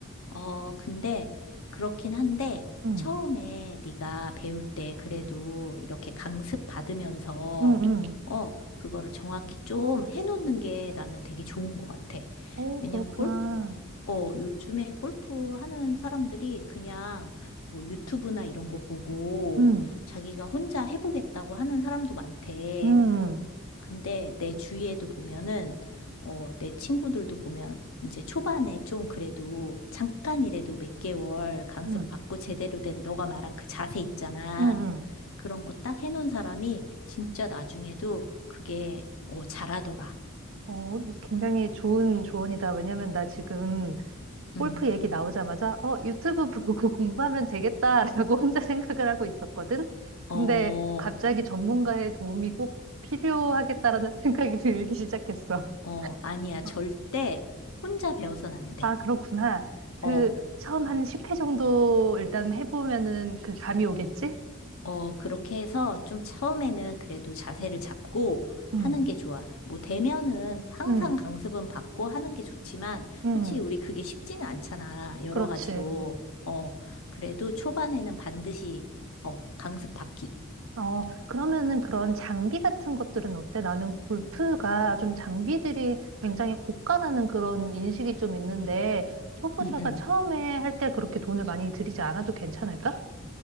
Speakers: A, on the left (about 85°); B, on the right (about 75°).
A: 어, 근데 그렇긴 한데
B: 응,
A: 처음에 네가 배울 때 그래도 이렇게 강습 받으면서
B: 응, 응.
A: 어, 그거를 정확히 좀 해놓는 게 나는 되게 좋은 것 같아.
B: 오,
A: 왜냐면
B: 그렇구나.
A: 어, 요즘에 골프 하는 사람들이 그냥 뭐 유튜브나 이런 거 보고
B: 응,
A: 자기가 혼자 해보겠다고 하는 사람도 많대.
B: 응,
A: 근데 내 주위에도 보면은, 어, 내 친구들도 보면 이제 초반에 좀 그래도 잠깐이라도 몇 개월 강습
B: 응,
A: 받고 제대로 된 너가 말한 그 자세 있잖아.
B: 응, 응.
A: 그런 거 딱 해놓은 사람이 진짜 나중에도 그게, 어, 잘하더라.
B: 어, 굉장히 좋은 조언이다. 왜냐면 나 지금 골프
A: 응.
B: 얘기 나오자마자 어, 유튜브 보고 <laughs> 공부하면 되겠다라고 혼자 생각을 하고 있었거든. 근데
A: 어,
B: 갑자기 전문가의 도움이 꼭 필요하겠다라는 <laughs> 생각이 들기 시작했어.
A: 어, 아니야. 절대
B: 어,
A: 혼자 배워선 안 돼.
B: 아, 그렇구나. 그
A: 어,
B: 처음 한 10회 정도 일단 해보면은 그 감이 오겠지?
A: 어, 그렇게 해서 좀 처음에는 그래도 자세를 잡고
B: 응,
A: 하는 게 좋아. 뭐 대면은 항상
B: 응,
A: 강습은 받고 하는 게 좋지만
B: 응.
A: 솔직히 우리 그게 쉽지는 않잖아. 여러
B: 그렇지.
A: 가지로. 어, 그래도 초반에는 반드시 어, 강습 받기.
B: 어, 그러면은 그런 장비 같은 것들은 어때? 나는 골프가 좀 장비들이 굉장히 고가라는 그런 인식이 좀 있는데, 초보자가
A: 응, 응.
B: 처음에 할 때 그렇게 돈을 많이 들이지 않아도 괜찮을까?